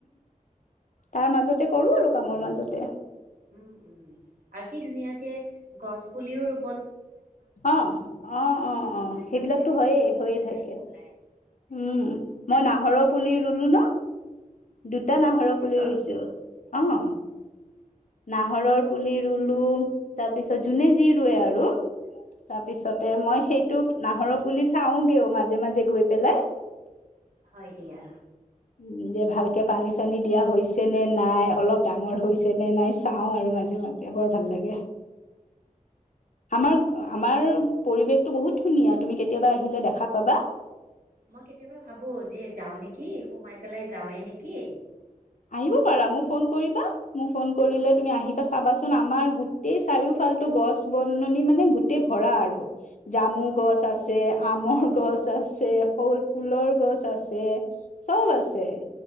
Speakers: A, on the left; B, on the right.
A: তাৰ মাজতে কৰো আৰু কামৰ মাজতে।
B: উম উম। আৰু কি ধুনীয়াকে গছ পুলিও ৰু
A: অ', অ', অ',
B: খুব
A: অ', সেইবিলাকতো
B: ভাল লাগিছে
A: হয়েই।
B: ফটোবোৰ
A: হৈয়ে থাকে।
B: চাই পেলাই।
A: উম মই নাহৰৰ পুলি ৰুলো ন! দুটা নাহৰৰ
B: অ অফিচত
A: পুলি ৰুইছো। অ'। নাহৰৰ পুলি ৰুলো, তাৰপিছত যোনে যি ৰুৱে আৰু! তাৰপিছতে মই সেইটো নাহৰ পুলি চাওগেও মাজে মাজে গৈ পেলাই
B: হয় দিয়া।
A: উম, যে ভালকে পানী-চানী দিয়া হৈছে নে নাই? অলপ ডাঙৰ হৈছে নে নাই চাও আৰু মানে মাজে মাজে। বৰ ভাল লাগে। আমাৰ, আমাৰ পৰিৱেশটো বহুত ধুনীয়া। তুমি কেতিয়াবা আহিলে দেখা পাবা।
B: মই কেতিয়াবা ভাবো যে যাওঁ নেকি! সোমাই পেলাই যাওঁৱে নেকি!
A: আহিব পাৰা, মোক ফোন কৰিবা। মোক ফোন কৰিলে
B: অ
A: তুমি আহিবা। চাবাচোন, আমাৰ গোটেই চাৰিওফালতো গছ-বননি মানে গোটেই ভৰা আৰু! জামু
B: অ
A: গছ আছে, আমৰ গছ আছে, ফল-ফুলৰ গছ আছে। চব আছে।